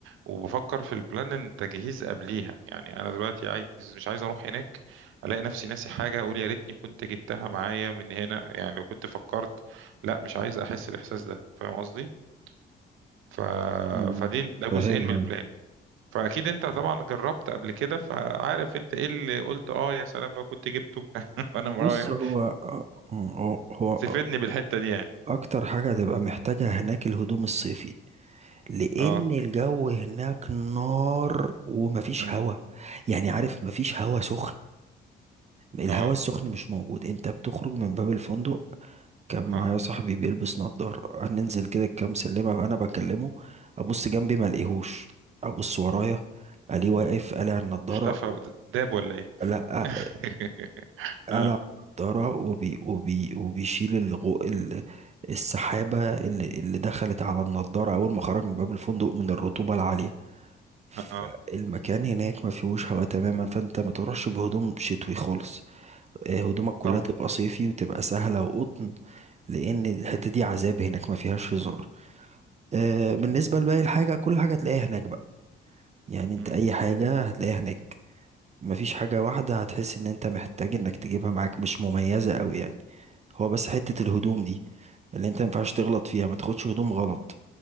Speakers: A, on the right; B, on the right.
A: وبفكر في البلان التجهيز قبليها يعني انا دلوقتي عايز مش عايز اروح هناك الاقي نفسي ناسي حاجه اقول يا ريتني كنت جبتها معايا من هنا يعني لو كنت فكرت لا مش عايز احس الاحساس ده فاهم قصدي ف...
B: مم،
A: فدي ده جزئين
B: فاهمها
A: من البلان فاكيد انت طبعا جربت قبل كده فعارف انت ايه اللي قلت اه يا سلام لو كنت جبته <laughs> وانا رايح
B: بص هو هو هو
A: تفيدني بالحته دي يعني
B: اكتر حاجة هتبقى محتاجها هناك الهدوم الصيفي لان
A: اه
B: الجو هناك نار ومفيش
A: امم
B: هوا يعني عارف مفيش هوا سخن الهوا
A: اه
B: السخن مش موجود انت بتخرج من باب الفندق كان معايا
A: اه
B: صاحبي بيلبس نضارة هننزل كده كام سلمة انا بكلمه ابص جنبي ما الاقيهوش ابص ورايا الاقيه واقف قالع النضارة
A: اختفى داب ولا ايه
B: لا
A: <laughs>
B: قلع
A: اه
B: النضارة وبي وبي وبيشيل الغو ال- السحابة اللي, اللي دخلت على النضارة أول ما خرج من باب الفندق من الرطوبة العالية فالمكان
A: اه
B: هناك ما فيهوش هواء تماما فأنت ما تروحش بهدوم شتوي خالص آه، هدومك كلها
A: طبعا
B: تبقى صيفي وتبقى سهلة وقطن لأن الحتة
A: امم
B: دي عذاب هناك ما فيهاش هزار آه، بالنسبة لباقي الحاجة كل حاجة هتلاقيها هناك بقى يعني أنت
A: امم
B: أي حاجة هتلاقيها هناك مفيش حاجة واحدة هتحس ان انت محتاج انك تجيبها معاك مش مميزة قوي يعني هو بس حتة الهدوم دي اللي انت مينفعش تغلط فيها ما تاخدش هدوم غلط